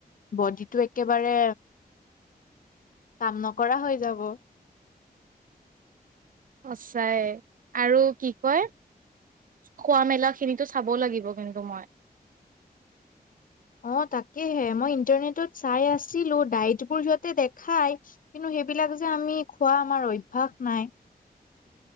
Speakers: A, on the left; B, on the right.
A: বড টো একেবাৰে, কাম নকৰা হৈ যাব।
B: সচাইে আৰু কি কয় খোৱা মেলা খিনিতো চাব লাগিব কিন্তু মই।
A: অ', তাকেহে মই ইণ্টাৰনেটত চাই আছিলো ডাইটবোৰ সিহঁতে দেখাই কিন্তু সেইবিলাক যে আমি খোৱা আমাৰ অভ্যাস নাই।